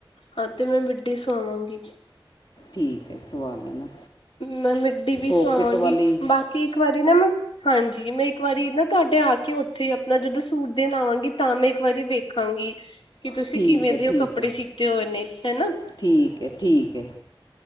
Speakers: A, on the left (about 85°); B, on the left (about 55°).
A: ਹਾਂ, ਤੇ ਮੈਂ ਮੀਡੀ ਸੁਆਵਾਂਗੀਂ
B: ਠੀਕ ਹੈ, ਸਿਵਾ ਲੈਣਾ
A: ਮੈਂ ਮਿੱਡੀ ਵੀ
B: ਪੋਕਿਟ
A: ਸਵਾਵਾਂਗੀ,
B: ਵਾਲੀ
A: ਬਾਕੀ ਇੱਕ ਵਾਰੀ ਨਾ ਮੈਂ ਹਾਂਜੀ, ਮੈਂ ਇੱਕ ਵਾਰੀ ਨਾ ਤੁਹਾਡੇ ਆ ਕੇ, ਉੱਥੇ ਆਪਣਾ ਜਦੋਂ ਸੂਟ ਦੇਣ ਆਵਾਂਗੀ, ਤਾਂ ਮੈਂ ਇੱਕ ਵਾਰੀ ਵੇਖਾਂਗੀ। ਕਿ ਤੁਸੀਂ
B: ਠੀਕ
A: ਕਿਵੇਂ
B: ਹੈ
A: ਦੇ
B: ਠੀਕ
A: ਉਹ ਕੱਪੜੇ
B: ਹੈ
A: ਸੀਤੇ ਹੋਏ ਨੇ, ਹੈਨਾ।
B: ਠੀਕ ਹੈ ਠੀਕ ਹੈ